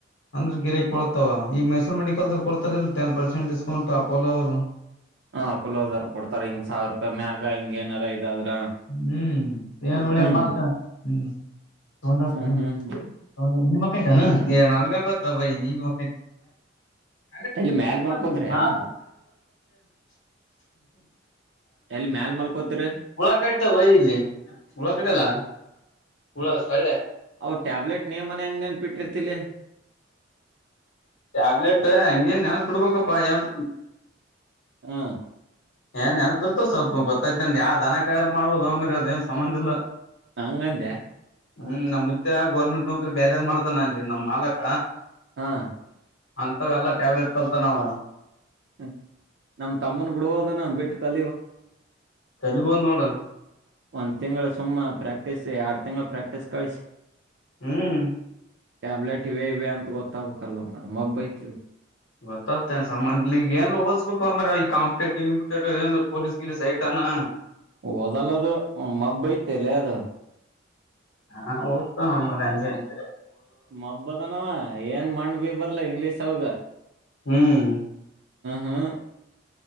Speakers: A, on the left (about 80°); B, on the right (about 60°).
A: ಅಂದ್ರ ಗಿಕ್ ಕೊಳತವ ಈಗ ಮೈಸೂರು ಮೆಡಿಕಲ್ದರು ಕೊಡ್ತಾರಲ್ ಟೆನ್ ಪರ್ಸೆಂಟ್ ಡಿಸ್ಕೌಂಟ್ ಅಪೋ ಅವರು
B: ಹ ಪಲೋದರ್ ಕೊಡ್ತಾರೆ ಹಿಂಗ ಸಾವರ ರೂಪಾಯಿ ಮ್ಯಾಗ ಹಿಂಗ ಏನಾರ ಇದಾದ್ರ
A: ಹ್ಮ್ ಏನ್ ಉಳಿಯಲ್ಲ
B: ಹ್ಮ್
A: ಮತ್ತ ಹ್ಮ್ ತಗೊಂಡತಾನ
B: ಹ್ಮ್ ಹ್ಮ್
A: ತೊಂಡ ನಿ ಮಕ್ಕ <unintelligible> ಈ ನನಗೆ ಗೊತ್ತ ಬಯ ನೀನ್ ಮ ಯ
B: ಎಲ್ಲಿ ಮ್ಯಾಲ ಮಲ್ಕೋತ್ರಿ ಏನ್ ಎಲ್ಲಿ ಮ್ಯಾಲ ಮಲ್ಕೋತ್ರಿ
A: ಹುಳ ಕಡ್ತಾವ ವೈ ಇಲ್ಲಿ ಹುಳ ಕಡಲ್ಲ ಹುಳ ಒಳ್ಳೆ
B: ಅವ ಟ್ಯಾಬ್ಲೆಟ್ ನೀ ಮನೆ ಅಂಗ ನೆನ್ಪಿಟ್ಟಿರ್ತಿಲ್ಲಿ
A: ಟಾಬ್ಲೆಟ್ ಅಂಗ ನ್ ಪಡವಕ್ಕ ಪಾಯನ್
B: ಹಾ
A: ಏನ್ ನೆನ್ಪಿರ್ತವ ಸ್ವಲ್ಪ ಗೊತ್ತ್ತ ಯಾವ್ ದನ ಕಾರ ಮಾಡಬೋದು ಅ ಮೇರಿ ಅದ ಏನ್ ಸಂಬಂ ಇಿಲ್ಲ
B: ಅಂಗಂದ
A: ಹ್ಮ್ ನಮ್ುತ್ತ ಗೌರ್ಮೆಂಟ್ ನೌಕರಿ ಬೇರೆಏ್ ಮಾಡತಾನ ಅಲ್ಲಿ ನಮ್ ಮಾಲಕ
B: ಹಾ
A: ಅಂತ ಎಲ್ಲಾ ಟ್ಯಾಬ್ಲೆಟ್ ಕಲ್ತ ನಾವ
B: ಹ್ಮ ನಮ್ ತಮ್ಮನ್ ಬಿಡಬೋದನ್ನು ಕ
A: ತಲಿಬೋದ್ ನೋಡು
B: ಹ ಒ ಸು ಪ್ರಾಕ್ಟೀಸ್ ಎರಡು ತಿಂಗಳು ಪ್ರಾಕ್ಟೀಸ್ ಕಿಸ
A: ಹ್ಮ್
B: ಟ್ಯಾಬ್ಲೆಟ್ ಇವೆೇ ಇವೆ ಅಂತ ಗೊತ್ತವು ಕಲ್ಲ ಮ್ರ ಮಬ್ಬ ಯತ
A: ಗೊತ್ತತ್ತೇನ್ ಸನ್ಲಿ ಏನ್ ಓಲ್ಸ್ಬೇಕು ಅಂದ್ರ ಈ ಕಾಂಪಿಟೇಟಿವ್ ಗಿಂಪ್ಟೇಟಿವ್ ಏನ್ ಪೊಲೀಸ್ ಗಿಲೀಸ್ ಐತನಾ
B: ಓದಲ್ಲ ಅದು ಮಬ್ಬ್ ಐತ್ತಲೇ ಅದ್
A: ಹಾ ಓದತಮ್ಮ ಮಾರಯ್ಯ ಹಂಗೆ ಅಂತೀರ
B: ಮಬ್ಬದನವ ಏನ್ ಮಣ್ ಬಿ ಬರ್ಲ ಇಂಗ್ಲೀಷ್ ಒಳಗ್
A: ಹ್ಮ್
B: ಹ್ಮ್